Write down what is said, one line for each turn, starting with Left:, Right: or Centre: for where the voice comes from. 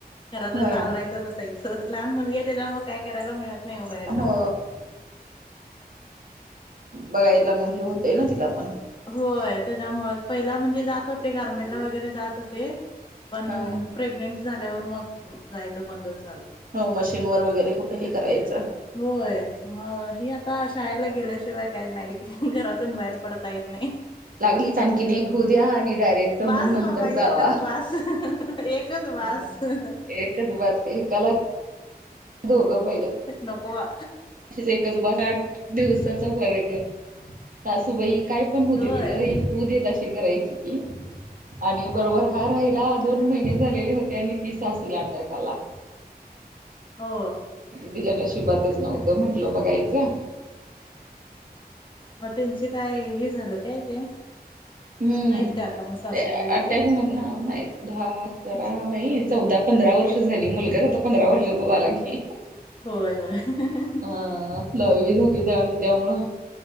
Left: घरातलच
Right: होय
Left: आवरायचं बस. हं ह लहान मुलगी आहे त्याज्यामुळे काय करायला मिळत नाही. बाहेर जाऊन
Right: हो बघायला मग हे होतय ना तिला पण
Left: होय. त्याच्यामुळेच पहिला म्हणजे जात होते गारमेला वगैरे जात होते. पण
Right: हा
Left: प्रेग्नेंट झाल्यावर मग जायचं बंदच झालं.
Right: हो मशीन वर वगैरे कुठे हे करायचं.
Left: होय. म ही आता शाळेला गेल्याशिवाय काही नाही. घरातून बाहेर प पडतायेत नाही
Right: लागलीच आणखीन एक होऊ द्या आणि डायरेक्ट
Left: बास
Right: मग नंतर
Left: बाबा एकच
Right: जावा
Left: बाास. एकच बास
Right: असं
Left: हं ह.
Right: एकच बास का एकाला दोघं पहिलं.
Left: नकोवा.
Right: <unintelligible> दिवसाचा फरक आहे. सासूबाई काय पण हू
Left: होय
Right: देत ग एक हो देत अशी करायची ती आणि बरोबर हा राहिला दोन महिने झालेले होते आणि ती सासूला अटॅक आला.
Left: हो.
Right: तिज्या नशिबातच नव्हतं म्हटलं बघायचं.
Left: म त्यांची काय हे झालं काय ते
Right: हम्म
Left: नाहीत का आता मग सासूबाई
Right: ते
Left: वगैरे
Right: अटॅकमध्ये <unintelligible> दहा अकरा नाही चौदा पंधरा वर्ष झाली मुलगाच आता पंधरा वर्षाचा झाला की हं ह ह.
Left: होय होय हं ह ह.
Right: हा दहावी झाली त्याजी त्यामुळं.